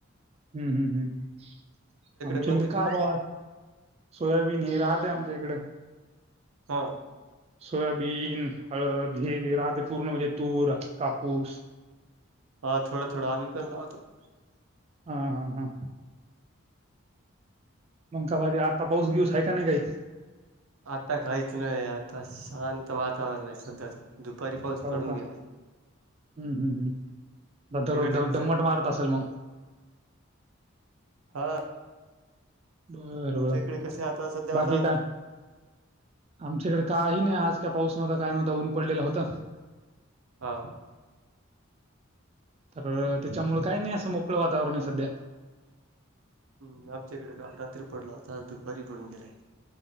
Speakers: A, on the right; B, on the right.
A: हम्म हम् हम् आमच्या
B: कोणती
A: इकडे का
B: पिक
A: ब सोयाबीन हे राहते आमच्या इकड
B: हो
A: सोयाबीन हळद हे राते्र पूर्ण म्हणजे तूर कापूस
B: हा थोडा थोडा आगीिकलावाो लावतो.
A: हा हा हा मग गवारी आता पाऊस घेऊस आहे का नाही काही
B: आता काहीच नाही आता शांत वातावरण आहे सध्या तर दुपारी पाऊस
A: हो
B: पडून
A: का
B: गेलाय.
A: हम्म हम् ह् दररोज
B: तिकडच कसं
A: दम्मट मारत असेल मग
B: हा
A: बर
B: तुमच्या
A: बर
B: इकडे कसे आता सध्या
A: बाकी
B: वातावरण
A: काय आमच्याकडे काही नाही आज काय पाऊस नव्हता काय नव्हत ऊन पडलेल होतं.
B: हा
A: तर त्याच्यामुळ काही नाही असं मोकळ वातावरण आहे सध्या
B: हम् आमच्या इकड काल रात्री पडला होता आज दुपारी पडून गेलाय.